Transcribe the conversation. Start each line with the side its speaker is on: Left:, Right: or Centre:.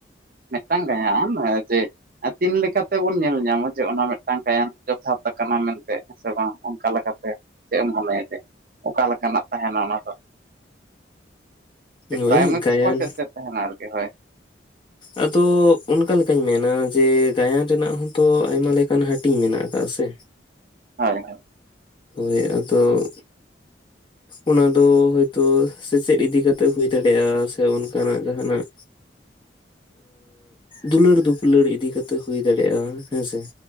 Right: ᱢᱤᱫᱴᱟᱝ ᱜᱟᱭᱟᱱ ᱡᱮ ᱟᱨ ᱛᱤᱱ ᱞᱮᱠᱟᱛᱮᱵᱚᱱ ᱧᱮᱞ ᱧᱟᱢᱟ ᱡᱮ ᱚᱱᱟ ᱢᱤᱫᱴᱟᱝ ᱜᱟᱭᱟᱱ ᱡᱚᱛᱷᱟᱛ ᱟᱠᱟᱱᱟ ᱢᱮᱱᱛᱮ ᱦᱮᱸ ᱥᱮ ᱵᱟᱝ ᱚᱱᱠᱟ ᱞᱮᱠᱟᱛᱮ ᱪᱮᱫ ᱮᱢ ᱢᱚᱱᱮᱭᱟ ᱡᱮ ᱚᱠᱟ ᱞᱮᱠᱟᱱᱟᱜ ᱛᱟᱦᱮᱱᱟ ᱚᱱᱟ ᱫᱚ
Left: ᱦᱳᱭ
Right: ᱯᱨᱟᱭᱢᱟᱨᱤ
Left: ᱜᱟᱭᱟᱱ
Right: ᱠᱚ ᱪᱮᱫ ᱪᱮᱫ ᱛᱟᱦᱮᱱᱟ ᱟᱨᱠᱤ ᱦᱳᱭ
Left: ᱟᱫᱚ ᱚᱱᱠᱟ ᱞᱮᱠᱟᱧ ᱢᱮᱱᱟ ᱡᱮ ᱜᱟᱭᱟᱱ ᱨᱮᱱᱟᱜ ᱦᱚᱸᱛᱚ ᱟᱭᱢᱟ ᱞᱮᱠᱟᱱ ᱦᱟᱹᱴᱤᱧ ᱢᱮᱱᱟᱜ ᱟᱠᱟᱫᱟ ᱥᱮ
Right: ᱦᱳᱭ ᱦᱳᱭ
Left: ᱦᱳᱭ ᱟᱫᱚ ᱚᱱᱟ ᱫᱚ ᱦᱚᱳᱭᱛᱳ ᱥᱮᱪᱮᱫ ᱤᱫᱤ ᱠᱟᱛᱮᱜ ᱦᱩᱭ ᱫᱟᱲᱮᱭᱟᱜᱼᱟ ᱥᱮ ᱚᱱᱠᱟᱱᱟᱜ ᱡᱟᱦᱟᱸ ᱱᱟᱜ ᱫᱩᱞᱟᱹᱲ ᱫᱩᱯᱞᱟᱹᱲ ᱤᱫᱤ ᱠᱟᱛᱮ ᱦᱩᱭ ᱫᱟᱲᱮᱭᱟᱜᱼᱟ ᱦᱮᱸᱥᱮ